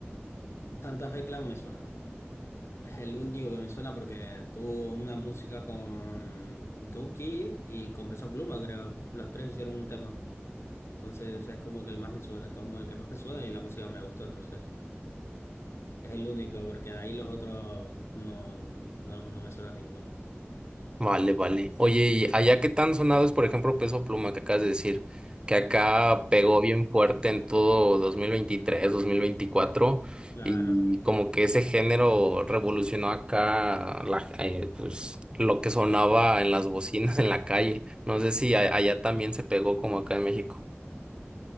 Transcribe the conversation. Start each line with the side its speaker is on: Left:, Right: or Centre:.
Left: Santa Fe Clan me suena. Es el único que me suena porque tuvo una música con Duki y con Peso Pluma, creo. Los tres hicieron un tema. Entonces es como que el más me suena, como el que más me suena y la música me gustó entonces. Es el único, porque de ahí los otros no, no, no me suena ninguno.
Right: Vale, vale. Oye, ¿y allá qué tan sonado es, por ejemplo, Peso Pluma que acabas de decir? Que acá pegó bien fuerte en todo dos dos mil veintitrés dos mil veinticuatro
Left: Claro.
Right: y como que ese género revolucionó acá la, eh, pues, lo que sonaba en las bocinas en la calle. No sé si
Left: Mm. O Mm.
Right: a- allá también se pegó como acá en México.